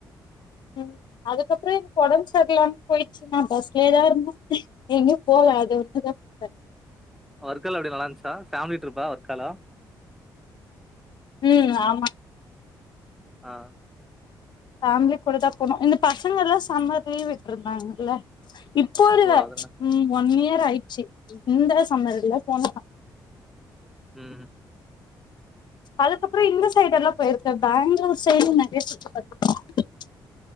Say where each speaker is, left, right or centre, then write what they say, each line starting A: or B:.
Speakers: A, on the left; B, in the centre.
A: ம் அதுக்கப்புறம் எனக்கு ஒடம்புசரிலாம போயிடுச்சிங்க பஸ்லேதான் இருந்தேன் எங்கியும் போவல அது ஒண்ணுதான் பாேன
B: ஒர்க் எல்லா எப்படி நல்லா இருந்துச்சா ஃபேமிலி ட்ரிப்பா ஒர்க்கால.
A: ம் ஆமா.
B: ஆ
A: ஃபேமிலி கூட தான் போனோம் இந்த பசங்க எல்லாம் சம்மர் லீவ் விட்டு இருந்தாங்க இல்ல இப் இப்போ இல்ல
B: ஓ அதனா
A: ம் ஒன் இயர் நேர ஆயிச்சி இந்த சம்மர்ல போனதா.
B: ம்.
A: அதுக்கப்புறம் இந்த சைடு எல்லாம் போயிருக்க பேங்களூர் சைடும் நறையா சுத்தி பாத்துருக்கன்